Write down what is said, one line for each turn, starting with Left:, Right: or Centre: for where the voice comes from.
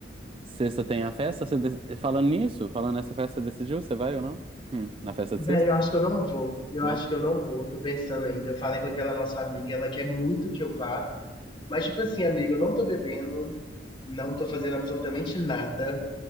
Right: Sexta tem a festa? Você de- Falando nisso, falando nessa festa, você decidiu? Você vai ou não? Hum, na festa
Left: Velho,
Right: de sexta?
Left: eu acho que eu não vou. Eu
Right: Não?
Left: acho que eu não vou. Tô pensando ainda. Eu falei com aquela nossa amiga, ela quer muito que eu vá. Mas, tipo assim, amiga, eu não tô bebendo, não tô fazendo absolutamente nada.